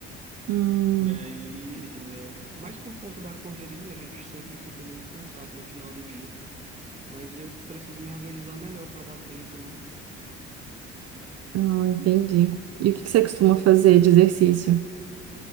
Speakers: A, on the right; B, on the right.
A: Hum,
B: E aí, é, mas por conta da correria, a gente sempre fica muito cansado no final do dia. Mas eu preciso me organizar melhor para dar tempo, né?
A: ah, entendi. E o que que você costuma fazer de exercício?